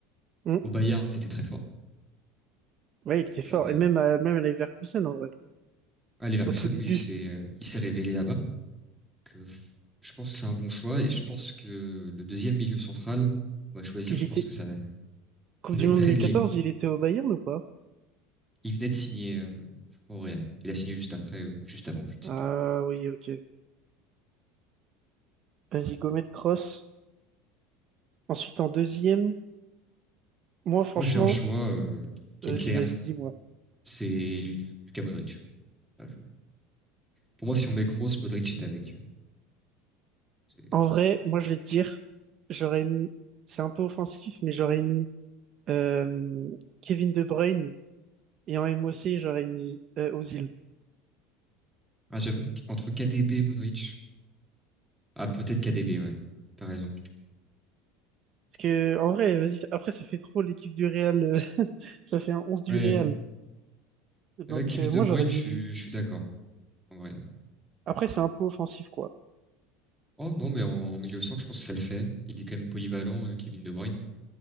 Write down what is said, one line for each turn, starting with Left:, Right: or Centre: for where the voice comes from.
Right: mm.
Centre: Au Bayern, c'était très fort.
Right: Ouais, il était
Centre: Donc,
Right: fort.
Centre: euh,
Right: Et même à, même à Leverkusen, en vrai,
Centre: ah, Leverkusen,
Right: au tout début.
Centre: oui, c'est, euh, il s'est révélé là-bas. Donc, euh, je pense que c'est un bon choix et je pense que le deuxième milieu central, on va choisir,
Right: Il
Centre: je
Right: était,
Centre: pense que ça, va- ça
Right: Coupe du
Centre: va être
Right: Monde
Centre: très
Right: deux mille
Centre: lié.
Right: quatorze, il était au Bayern ou pas?
Centre: Il venait de signer, euh, je crois, au Real. Il a signé juste après ou juste avant, je ne
Right: Ah
Centre: sais plus.
Right: oui, ok. Vas-y, Gomet Cross. Ensuite, en deuxième, moi, franchement,
Centre: Moi, j'ai un choix euh, qui
Right: vas-y,
Centre: est clair,
Right: vas-y, dis-moi.
Centre: c'est Lu- Lucas Modric. Là, je- Pour moi, si on met Kroos, Modric est avec. C'est-
Right: En vrai, moi, je vais te dire, j'aurais mis, c'est un peu offensif, mais j'aurais mis euh, Kevin De Bruyne et en M O C j'aurais mis euh, Ozil.
Centre: Ah, j'avoue qu'entre KDB et Modric, ah peut-être KDB, ouais. T'as raison.
Right: Parce que, en vrai, vas-y, après, ça fait trop l'équipe du Real, euh, <laughs> ça fait un 11 du
Centre: Ouais,
Right: Real. Donc,
Centre: euh, Kevin
Right: euh,
Centre: De
Right: moi,
Centre: Bruyne,
Right: j'aurais
Centre: je
Right: mis.
Centre: suis je suis d'accord. En vrai,
Right: Après, c'est un peu offensif, quoi.
Centre: Oh non, mais en, en milieu centre, je pense que ça le fait. Il est quand même polyvalent, euh, Kevin De Bruyne.